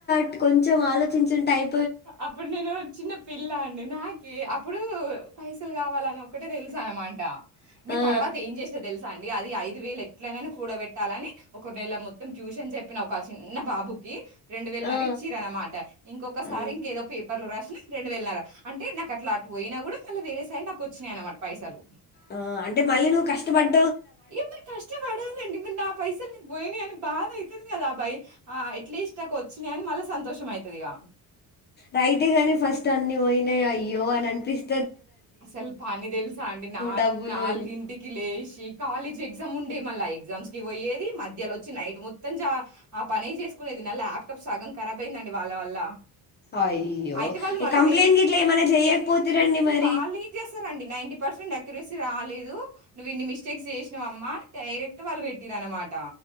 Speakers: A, on the left; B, on the right.
A: ట్ కొంచెం ఆలోచించుంటే అయ్
B: అప్పుడు నేను చిన్న పిల్ల అండి నాకి అప్పుడు పైసలు కావాలని ఒక్కటే తెలుసన్నమాట ఇంగ
A: ఆ
B: తర్వాత ఏం చేస్నా దెల్సా అండి అది ఐ యిదువేలు ఎట్లనైనా కూడ పెట్టాలని, ఒక నెల మొత్తం ట్యూషన్ చెప్నా ఒక చిన్న బాబుకి రెండు వేలన్నర
A: ఆ ఆ
B: ఇచ్చిరనమాట ఇంకొ ఒకసారి
A: ఆ
B: ఇంకేదో పేపర్లు రాస్నా రెండువేల్ నర అంటే నాకట్లా అటుపోయినా కూడా మళ్ళ వేరే సైడ్ నాకొచ్చినాయ్ అన్నమాట పైసలు
A: ఆ అంటే మళ్ళీ నువ్వు కష్టపడ్
B: ఇప్పుర్ కష్ట పడాలండి. నా పైసల్ నేన్ బొయినయ్ అని బాధ అయితంది కదా బై, ఆ అట్లీస్ట్ నాకొచ్చినయని మల్ల సంతోషం అయితదిగా
A: రైటే గాని ఫస్ట్ అన్నీ పోయ్నయ్ అయ్యో అని అనిపిస్
B: అసలు పని దెల్సా అండి, నాల్
A: డబ్బులు
B: నాల్గింటికి
A: అని
B: లేస్ కి కాలేజ్ ఎగ్జామ్ ఉండే మల్ల ఎగ్జామ్స్ కి పోయేది మధ్యలో వచ్చి నైట్ మొత్తం జా ఆ పనే చేసుకునేది నా ల్యాప్టాప్ సగం ఖరాబ్ అయిందండి వాళ్ళ వల్ల
A: అయ్యో,
B: అయితే వాళ్ళు
A: ఎ
B: మళ్ళా
A: కంప్లైంట్ గిట్లా ఏమన్నా చేయ్యపోతిరండి మర్
B: వాళ్ళు ఏం చేస్సరండి, నైంటీ పర్సెంట్ నె క్రిసీ రాలేదు, నువ్వు ఇన్ని మిస్టేక్స్ చేస్నవమ్మా డైరెక్ట్ వాళ్ళు పెట్టిర్రు అనమాట